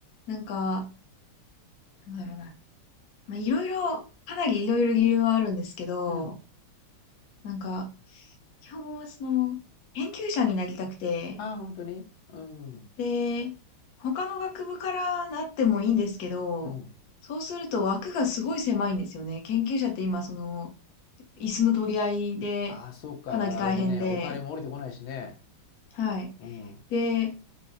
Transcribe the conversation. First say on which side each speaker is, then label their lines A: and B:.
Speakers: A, on the left (about 55°); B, on the left (about 75°).
A: なんか、どうだろうな。まあ、いろいろ、かなりいろいろ理由はあるんですけど、
B: うん。
A: なんか、基本はその、研究者になりたくて、
B: ああ、本当にうん。
A: で、他の学部からなってもいいんですけど、
B: うん。
A: そうすると枠がすごい狭いんですよね。研究者って今、その、椅子の取り合いで、
B: ああ、そっか、
A: かなり大変で、
B: あれでね、お金も降りてこないしね。
A: はい。
B: うん。
A: で、